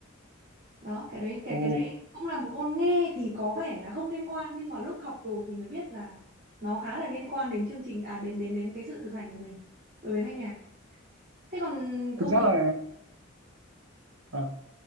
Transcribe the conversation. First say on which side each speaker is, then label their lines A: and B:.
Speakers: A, on the right; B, on the right.
A: đó cái đấy cái
B: Ồ,
A: cái đấy cũng là một môn nghe thì có vẻ là không liên quan nhưng mà lúc học rồi thì mới biết là nó khá là liên quan đến chương trình à đến đến đến cái sự thực hành của mình đối với thanh nhạc thế còn công
B: thực ra
A: việc
B: là à,